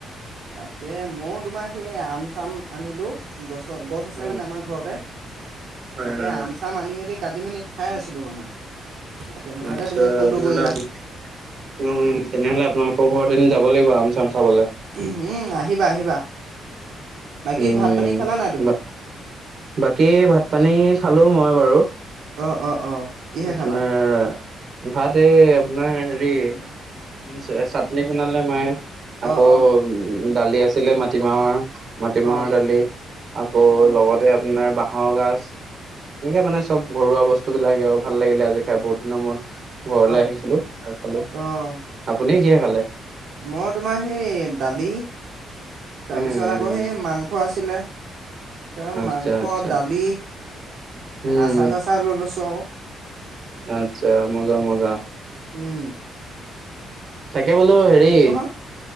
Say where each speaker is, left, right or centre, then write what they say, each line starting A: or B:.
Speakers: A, on the right; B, on the right.
A: তাকে মইও তোমাৰ সেই আম চাম আনিলো। গছ, গছ আছে
B: উম
A: মানে আমাৰ ঘৰতে তাকে
B: হয় হয়
A: আমচ
B: হয়
A: আম চাম আনি মেলি কাটি মেলি খাই আছিলোঁ মানে। তেনেকুৱাতে
B: আচ্ছা
A: তুমি ফোনটো
B: তেনেহলে
A: কৰিলা
B: আপ, উম তেনেহলে আপোনাৰ ঘৰত এদিন যাব লাগিব আম চাম খাবলে।
A: উম' আহিবা আহিবা, বাকী
B: উম,
A: ভাত পানী খালা নাই তুমি?
B: বা বাকী ভাত পানী খালো মই বাৰু।
A: অ অ অ কিহে
B: আপোনাৰ
A: খালা
B: ভাত এই আপোনাৰ হেৰি হেৰি চাটনি বনালে মায়ে, আকৌ
A: অ অ
B: উম দালি আছিলে মাটিমাহৰ মাটিমাহৰ
A: অ
B: দালি। আকৌ
A: অ
B: লগতে আপোনাৰ বাঁহৰ গাজ এনেকে মানে চব ঘৰুৱা বস্তু বিলাকে আৰু ভাল লাগিলে আজি খাই বহুত দিনৰ মুৰত। ঘৰলে
A: অ
B: আহিছিলো এখাললো,
A: অ অ
B: আপুনিয়ে কিহে খালে?
A: মই তোমাৰ সেই দালি,
B: উম
A: তাৰপিছত
B: উম
A: আকৌ সেই মাংস আছিলে। তাৰ
B: আচ্ছা
A: মাংস,
B: আচ্ছা
A: দালি,
B: উম
A: আচাৰ-চাচাৰ লৈ লৈছোঁ আও।
B: আচ্ছা' মজা মজা।
A: উম'
B: তাকে বোলো হেৰি
A: আহ আহ